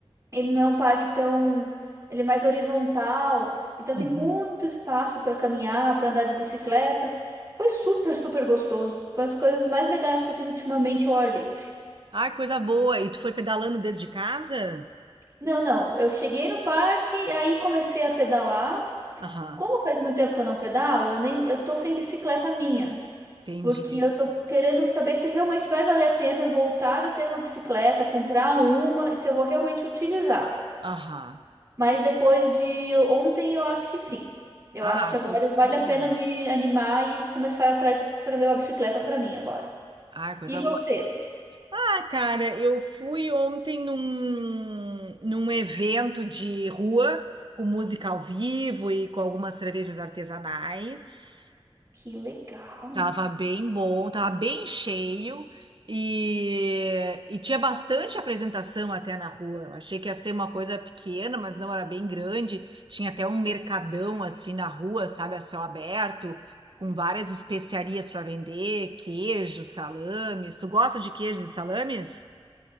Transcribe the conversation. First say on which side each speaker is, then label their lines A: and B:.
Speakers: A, on the right; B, on the right.
A: ele não é um parque tão. Ele é mais horizontal, então tem
B: Uhum.
A: muito espaço para caminhar, para andar de bicicleta. Foi super, super gostoso. Foi uma das coisas mais legais que eu fiz ultimamente ao ar livre.
B: Ai, coisa boa! E tu foi pedalando desde casa?
A: Não, não, eu cheguei no parque, aí comecei a pedalar.
B: Aham,
A: Como faz muito tempo que eu não pedalo, eu nem, eu tô sem bicicleta minha.
B: entendi.
A: Porque eu tô querendo saber se realmente vai valer a pena eu voltar a ter uma bicicleta, comprar uma e se eu vou realmente utilizar.
B: Aham.
A: Mas depois de ontem, eu acho que sim. Eu
B: Ah,
A: acho que agora
B: coisa
A: vale
B: boa.
A: a pena me animar e começar atrás para ver uma bicicleta para mim agora.
B: Ah, coisa
A: E você?
B: boa. Ah, cara, eu fui ontem num, num evento de rua com música ao vivo e com algumas cervejas artesanais.
A: Que legal.
B: Tava bem bom, tava bem cheio e, e tinha bastante apresentação até na rua. Eu achei que ia ser uma coisa pequena, mas não era bem grande. Tinha até um mercadão assim na rua, sabe, a céu aberto, com várias especiarias para vender, queijos, salames. Tu gosta de queijos e salames?